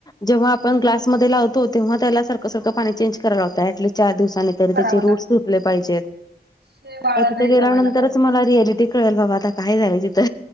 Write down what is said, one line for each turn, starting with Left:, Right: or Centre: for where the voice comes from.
Left: जेव्हा आपण
Right: नसत
Left: ग्लास मध्ये लावतो तेव्हा त्याला सारखं सारखं पाणी चेंज करायला लावत. ॲटलिस्ट चार दिवसान ते तर त्याचे
Right: करावं
Left: रुट्स
Right: लागत
Left: सुटले
Right: हो
Left: पाहिजेत.
Right: शेवाळ
Left: आता तिथे
Right: नाही
Left: गेल्यानंतरच
Right: जमायला पाहिजे
Left: मला
Right: त्याच्यात
Left: रियालि टी कळल बाबा. आता काय झालंय तिथं.